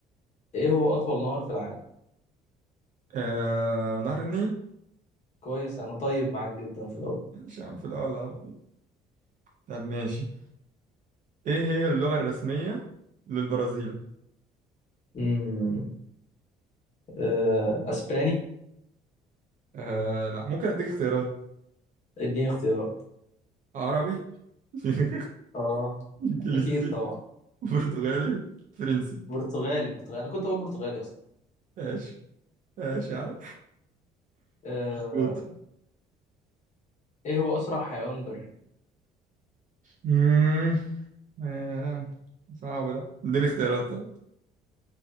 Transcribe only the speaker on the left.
ايه هو اطول نهر في العالم
كويس انا طيب معاك جدا في الاول
امم آه، اسباني
اديني اختيارات
اه
اكيد طبعا
برتغالي برتغالي انا كنت اقول برتغالي اصلا
آه،
ايه هو اسرع حيوان بري